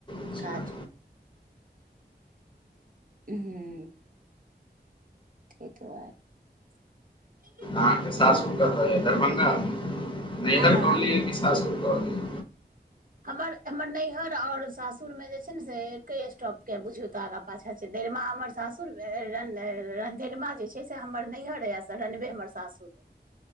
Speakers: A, on the left; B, on the right.
A: अच्छा,
B: काज उम्हूं। तै दूआरे। मम्मी
A: अहाँके सासुर कतऽ यै दरभंगा? नैहर
B: आँ
A: कहलियै की सासुर कहलीयै?
B: हमर, हमर नैयहर और सासुर मे जे छै ने से एके स्टॉप के बुझयौ त आगा पाछा छै दैरमा हमर सासुर भेल, रनधर रनधैरमा जे छै से हमर नैयहर अय से रनवे हमर सासुर अय।